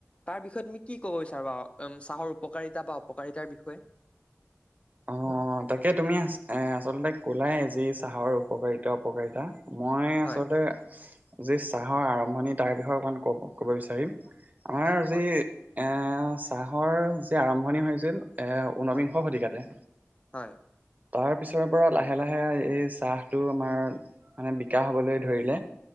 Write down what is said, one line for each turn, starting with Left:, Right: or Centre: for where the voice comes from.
Left: তাৰ বিষয়ে তুমি কি ক'ব বিচৰা। ৰা উম চাহৰ উপকাৰিতা বা অপকাৰিতাৰ বিষয়ে।
Right: অহ তাকে তুমি এ আচলতে কোলাই যে চাহৰ উপকাৰিতা অপকাৰিতা। মই
Left: হয়।
Right: আচলতে যি চাহৰ আৰম্ভণি তাৰ বিষয়ে অকমান কব ক'ব বিচাৰিম। আমাৰ
Left: হয় কোৱা
Right: যি এ, চাহৰ যি আৰম্ভণি হৈছিল এ,। ঊনবিংশ
Left: হয়
Right: শতিকাতে।
Left: হয়।
Right: তাৰ পিছৰে পৰা লাহে লাহে এই চাহটো আমাৰ। মানে বিকাশ হ'বলৈ ধৰিলে।